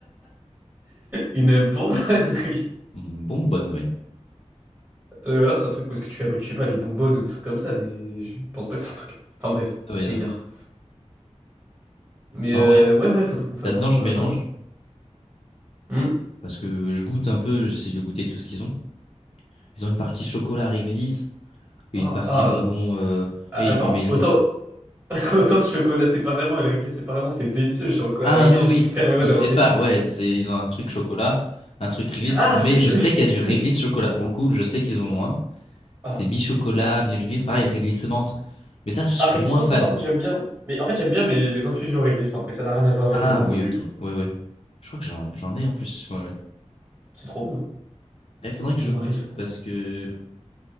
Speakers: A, on the right; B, on the left.
A: Une bonbonnerie.
B: Hum, Bonbonnerie.
A: Euh, ou alors c'est un truc où est-ce que tu fabriques, je sais pas, les bonbonnes ou des trucs comme ça, mais je pense pas que c'est un truc. Enfin bref,
B: Oui,
A: on s'égare.
B: non.
A: Mais
B: Non,
A: euh,
B: ouais.
A: ouais, ouais, faudrait qu'on fasse
B: Là-dedans,
A: un tour
B: je mélange.
A: là-bas. Hmm.
B: Parce que je goûte un peu. J'essaie de goûter tout ce qu'ils ont. Ils ont une partie chocolat réglisse et
A: Oh,
B: une partie
A: ah,
B: bonbon.
A: non.
B: Euh...
A: Ah,
B: oui,
A: attends,
B: Ils mé- mélangent
A: autant, <laughs> autant le chocolat séparément et le réglé séparément, c'est délicieux. Le chocolat
B: Ah
A: réglé,
B: non,
A: je
B: oui,
A: <laughs> permets-moi
B: ils
A: d'avoir
B: séparent,
A: des doutes.
B: ouais, c'est- ils ont un truc chocolat, un truc réglisse,
A: Ah!
B: mais je
A: <laughs>
B: sais qu'il y a du réglisse chocolat. Pour le coup, je sais qu'ils en ont un.
A: Ah,
B: C'est mi-chocolat, mi-réglisse, pareil, réglisse menthe. Mais ça, je suis
A: ah réglissement
B: moins fan.
A: de ça par contre j'aime bien. Mais en fait j'aime bien mais les infusions réglissement, mais ça n'a rien à voir avec
B: Ah
A: les bonbons
B: oui,
A: du
B: ok,
A: coup.
B: oui, oui. Je crois que j'en j'en ai en plus. Ouais, ouais.
A: C'est trop bon. C'est
B: Eh, Il faudrait
A: un bon
B: que je goûte,
A: arrière
B: parce que